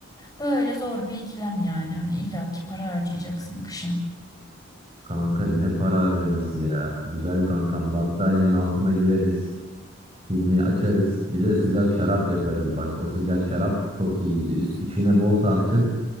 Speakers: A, on the left (about 20°); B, on the right (about 30°).
A: Böyle zor bir ikilem yani. Hani illaki para harcayacaksın kışın.
B: Kanka ne para harcaması ya. Güzel kankam battaniyenin altına gireriz. Filmi açarız. Bir de sıcak şarap yaparız. Bak o sıcak şarap çok iyi gidiyor. Üst- İçine bol tarçın.